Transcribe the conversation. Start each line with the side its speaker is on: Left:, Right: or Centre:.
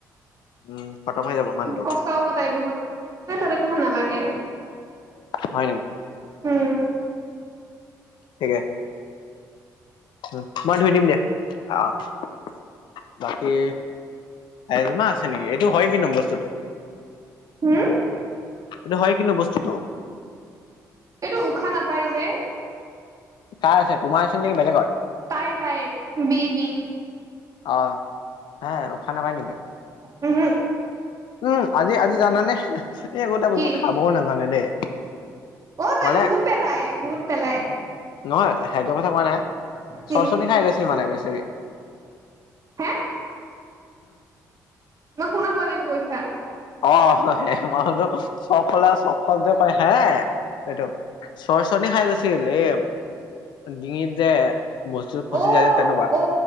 Left: উম খতম হৈ যাব মানুহটো
Right: কষ্ট হব তাই বহুত। তাতে <unintelligible> নালাগে
Left: হয় নেকি
Right: উম।
Left: ঠিকে। <unintelligible> মই ধুই দিম দে অঁ <unintelligible> এই এজমা আছে নেকি? এইটো হয় কিনো বস্তুটো?
Right: হুম?
Left: এইটো হয় কি নো বস্তুটো?
Right: এইটো উশাহ নাপায় যে।
Left: কাৰাৰ আছে তোমাৰ আছে নেকি বেলেগৰ?
Right: তায়ে তাইৰ বি বি।
Left: অ হে উশাহ নেপাই নেকি?
Right: উহু
Left: উম আজি আজি জানানে এই গোটা বস্তু
Right: কি
Left: খাবও নাজানে দেই।
Right: অ তাই
Left: মানে
Right: বহুত পেলায় বহুত পেলায়।
Left: নহয় সেইটো কথা কোৱা নাই
Right: কি
Left: চৰ্চৰনি খাই গৈছিল মানে বেছেৰী। <inaudible>
Right: হে মই শুনা পোৱা নাই কি কৈছা?
Left: অ হ হে মই সদো চকফলা চকল যে ক হে এইটো। চৰ্চৰনি খাই গৈছিল এ। ডিঙিত যে বস্তু ফচিটো
Right: অ
Left: যায় যে তেনেকুৱা।
Right: অ